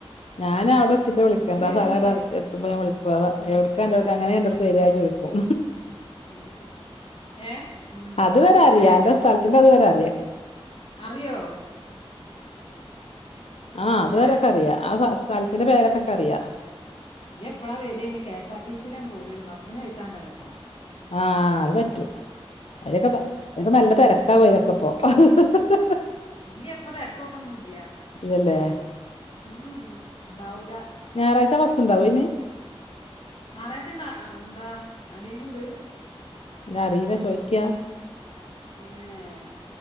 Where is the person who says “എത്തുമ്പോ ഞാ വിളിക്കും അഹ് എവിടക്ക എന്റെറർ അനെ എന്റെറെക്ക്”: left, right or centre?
Left